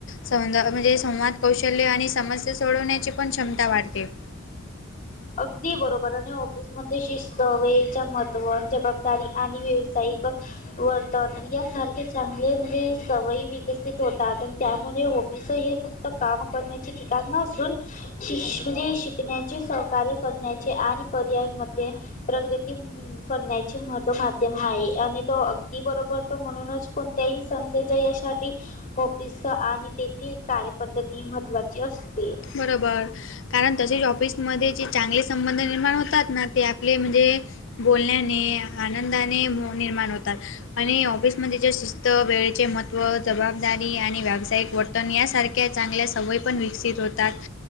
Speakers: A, on the left (about 65°); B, on the left (about 35°).
A: सौद म्हणजे संवाद कौशल्य आणि समस्या सोडवण्याची पण क्षमता वाढते.
B: अगदी बरोबर आणि ऑफिसमध्ये शिस्त वेळच्या महत्त्व जबाबदारी आणि व्यावसायिक वर्तव यासारखे चांगले म्हणजे सवयी विकसित होतात आणि त्यामुळे ऑफिस हे फक्त्त काम करण्याची ठिकाण नूसुन शिश म्हणजे शिकण्याचे कार्य करण्याचे आणि करिअर मध्ये प्रगरती करण्याचे महत्व माध्यम हा ये आणि तो अगदी बरोबर तो म्हणूनच पण तो ते ही संस्थेच्या यशसाठी ऑफिस आणि तेथील कार्यपद्धती ती महत्त्वाची असते.
A: बरोबर कारण तसे जॉब ऑफिसमध्ये जे चांगले संबंध निर्माण होतात ना ते आपले म्हणजे बोलण्याने आनंदाने निर्माण होतात. आणि ऑफिस मध्ये जे शिस्त वेळेचे महत्व व जबाबदारी आणि व्यावसायिक वर्तन यासारख्या चांगल्या सवयी पण विकसित होतात.